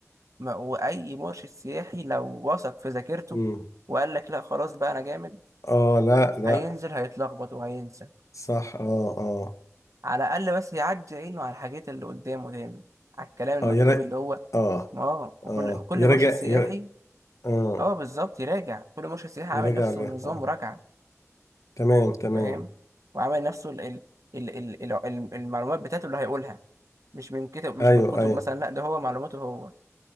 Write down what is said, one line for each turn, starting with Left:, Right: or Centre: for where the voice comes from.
Right: ما وأي مرشد سياحي لو وثق في ذاكرته
Left: مم.
Right: وقال لك لا خلاص بقى أنا جامد
Left: اه لا لا
Right: هينزل هيتلخبط وهينسى
Left: صح اه اه
Right: على الأقل بس يعدي عينه على الحاجات اللي قدامه دايما على الكلام المكتوب
Left: اه يرا
Right: اللي هو
Left: اه
Right: ما هو وكل
Left: اه
Right: كل
Left: يراجع
Right: مرشد سياحي
Left: يرا... اه
Right: اه بالظبط يراجع كل مرشد سياحي عامل
Left: يراجع
Right: نفسه
Left: عليها
Right: النظام
Left: اه
Right: مراجعة
Left: تمام تمام
Right: فاهم وعامل نفسه ال... ال... ال... ال... ال- ال- المعلومات بتاعته اللي هيقولها مش من كتب مش
Left: ايوه
Right: من كتب
Left: ايوه
Right: مثلا لا ده هو معلوماته هو